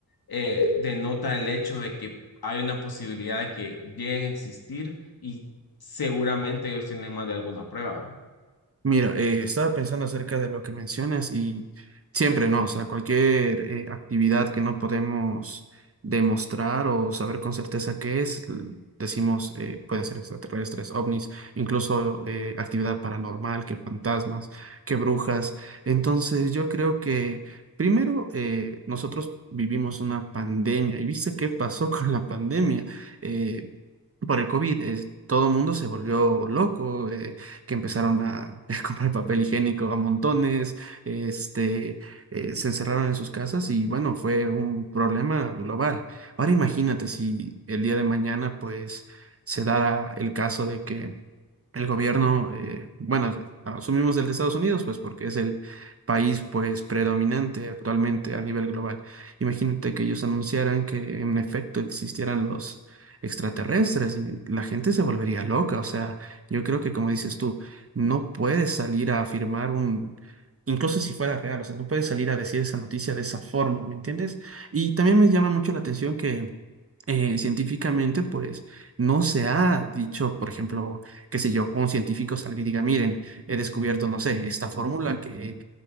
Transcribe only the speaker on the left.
eh, denota el hecho de que hay una posibilidad de que lleguen a existir y seguramente ellos tienen más de alguna prueba.